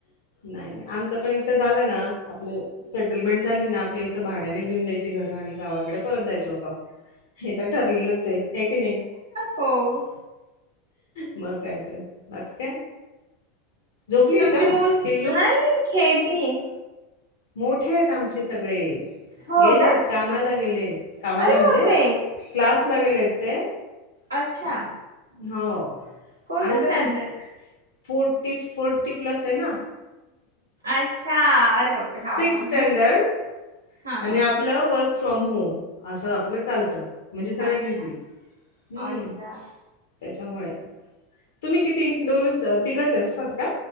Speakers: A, on the left; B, on the right.
A: नाही नाही आमच पण इथं झालं ना आपलं सेटलमेंट झाली ना आपल्या इथं भाड्याने घेऊन द्यायची घरं आणि गावाकड परत जायच बाप्पा हे तर ठरलेलंच आहे हे की नाही
B: हो.
A: मग काय तर बाकी काय झोपलीये
B: तुमचे
A: का
B: मूल
A: पिल्लू?
B: नाही नाही खेळतीय
A: मोठे आहेत आमचे सगळे
B: हो
A: गेलेत
B: का
A: कामाला गेलेत कामाला
B: अरे
A: म्हणजे
B: बापरे
A: क्लासला गेलेत ते
B: अच्छा
A: हो
B: कोणतं
A: आम्ही कसं
B: स्टँडर्ड?
A: फोर्टी फोर्टी प्लस आहे ना
B: अच्छा अरे बापरे! हा
A: सिक्स्
B: मग
A: स्टँंडर्ड
B: हा
A: आणि
B: हा.
A: आपलं वर्क फ्रॉम होम, असं आपलं चालतं. म्हणजे सगळ्या
B: अच्छा,
A: बिझी, हम्म
B: अच्छा.
A: त्याच्यामुळे तुम्ही किती दोनच, तिघंच असतात का?